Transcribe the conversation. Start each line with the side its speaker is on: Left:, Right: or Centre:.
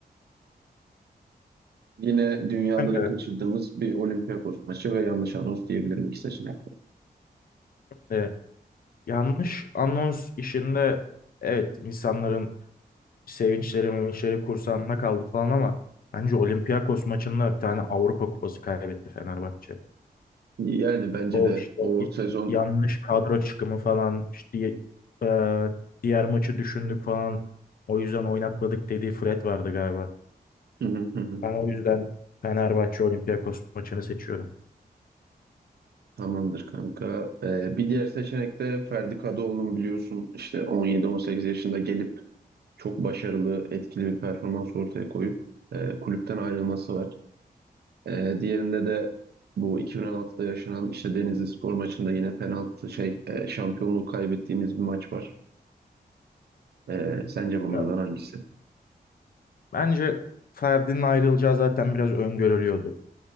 Right: yine dünyaları
Left: Kanka,
Right: kaçırdığımız bir Olympiakos maçı ve yanlış anons diyebilirim iki seçenek.
Left: e, yanlış anons işinde evet insanların sevinçleri mevinçleri kursağında kaldı falan ama bence Olympiakos maçında bir tane Avrupa Kupası kaybetti Fenerbahçe.
Right: Yani bence
Left: O
Right: de
Left: işte
Right: o
Left: y-
Right: sezon
Left: yanlış kadro çıkımı falan işte y- e, diğer maçı düşündük falan o yüzden oynatmadık dediği Fred vardı galiba.
Right: <laughs>
Left: Ben o yüzden Fenerbahçe Olympiakos maçını seçiyorum.
Right: Tamamdır kanka. Ee, bir diğer seçenek de Ferdi Kadıoğlu'nun biliyorsun işte 17-18 yaşında gelip çok başarılı, etkili bir performans ortaya koyup e, kulüpten ayrılması var. Ee, diğerinde de bu 2016'da yaşanan işte Denizli Spor maçında yine penaltı şey e, şampiyonluğu kaybettiğimiz bir maç var. Ee, sence bunlardan
Left: Ya,
Right: hangisi?
Left: Bence Ferdi'nin ayrılacağı zaten biraz öngörülüyordu